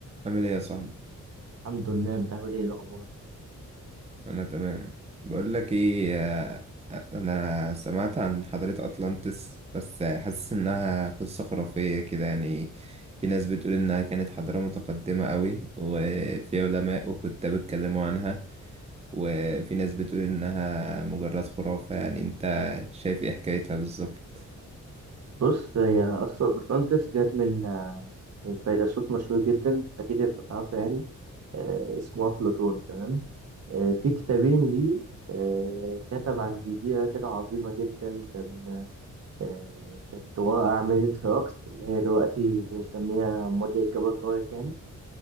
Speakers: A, on the right; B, on the right.
A: عامل ايه يا صاحبي
B: الحمد لله انت عامل ايه الاخبار
A: انا تمام بقول لك ايه آه، انا سمعت عن حضارة اطلانتس بس حاسس انها قصة خرافية كده يعني في ناس بتقول انها كانت حضارة متقدمة قوي وفي علماء وكتاب اتكلموا عنها وفي ناس بتقول انها مجرد خرافة يعني انت شايف ايه حكايتها بالظبط
B: بص هي اصلا اطلانتس جت من آه، من فيلسوف مشهور جدا اكيد انت تعرفه يعني آه، اسمه افلاطون تمام آه، في كتابين ليه آه، كتب عن جزيرة كده عظيمة جدا كان آه، كانت واقع عملة هرقل اللي هي دلوقتي بنسميها مضيق جبل طارق يعني